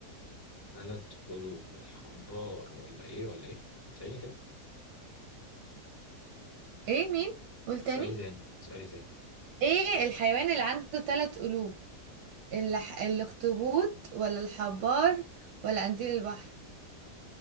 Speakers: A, on the left; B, on the right.
A: تلات قلوب الحنبار ولا إيه ولا إيه؟ اسألي كده
B: ايه مين قول تاني
A: اسألي تاني اسألي تاني
B: ايه الحيوان اللي عنده ثلاث قلوب الح... الاخطبوط ولا الحبار ولا قنديل البحر